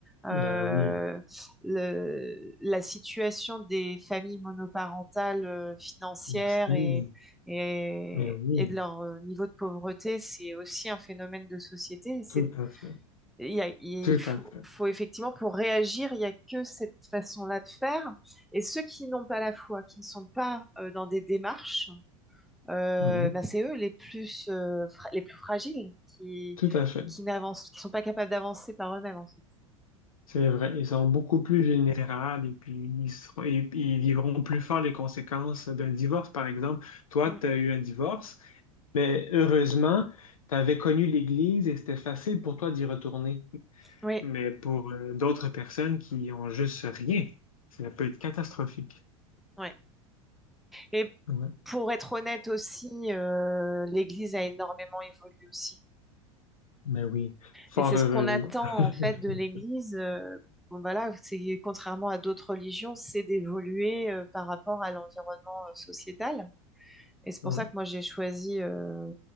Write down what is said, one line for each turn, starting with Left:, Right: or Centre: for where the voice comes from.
Centre: Euh,
Left: Ben oui,
Centre: le- la situation des familles monoparentales, euh, financières
Left: aussi.
Centre: et, et,
Left: Mais oui,
Centre: et de leur euh, niveau de pauvreté, c'est aussi un phénomène de société. Et c'est
Left: tout à fait.
Centre: il y a- il
Left: Tout
Centre: faut,
Left: à fait.
Centre: faut effectivement, pour réagir, il n'y a que cette façon-là de faire. Et ceux qui n'ont pas la foi, qui ne sont pas euh, dans des démarches, euh,
Left: Mhm.
Centre: bah, c'est eux les plus, euh, fra- les plus fragiles qui,
Left: Tout à fait.
Centre: qui n'avancent, qui sont pas capables d'avancer par eux-mêmes, en fait.
Left: C'est vrai, ils sont beaucoup plus vulnérables et puis ils, seront- et- et ils vivront plus fort les conséquences d'un divorce. Par exemple, toi,
Centre: Mm.
Left: tu as eu un divorce, mais heureusement, tu avais connu l'Église et c'était facile pour toi d'y retourner.
Centre: Oui,
Left: Mais pour euh, d'autres personnes qui ont juste rien, ça peut être catastrophique.
Centre: oui. Et
Left: Ouais.
Centre: pour être honnête aussi, euh, l'Église a énormément évolué aussi.
Left: Mais oui, fort
Centre: Et c'est
Left: heureusement.
Centre: ce qu'on attend
Left: <laughs>
Centre: en fait de l'Église. euh, bon, voilà, c'est contrairement à d'autres religions, c'est d'évoluer euh, par rapport à l'environnement euh, sociétal. Et c'est pour
Left: Ouais.
Centre: ça que moi j'ai choisi euh,